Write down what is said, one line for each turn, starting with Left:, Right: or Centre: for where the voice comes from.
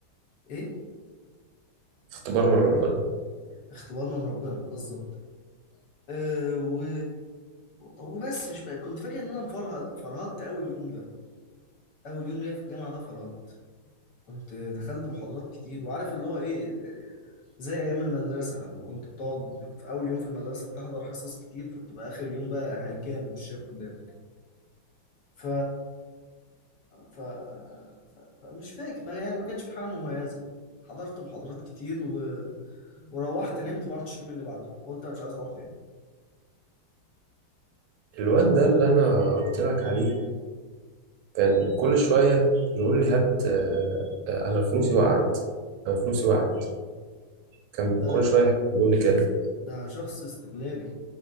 Left: ايه
Right: اختبار من ربنا
Left: اختبار من ربنا بالظبط أه و... وبس مش فا... كنت فاكر ان انا مفرهد فرهدت اول يوم ده اول يوم ليا في الجامعه ده فرهدت كنت دخلت محاضرات كتير وعارف اللي هو ايه ال- زي ايام المدرسه لما كنت بتقعد في اول يوم في المدرسه بتحضر حصص كتير فبتبقى اخر اليوم بقى هلكان مش شايف قدامك ف... ف... ف... فمش فاكر ما- يعني ما كانش في حاجه مميزه حضرت محاضرات كتير و... وروحت نمت ما رحتش اليوم اللي بعده وقلت انا مش عايز اروح تاني
Right: الواد ده اللي انا قلت لك عليه كان كل شويه يقول لي هات آه، آه، انا فلوسي وقعت انا فلوسي وقعت كان
Left: آه،
Right: كل شويه يقول لي كده
Left: ده شخص استغلالي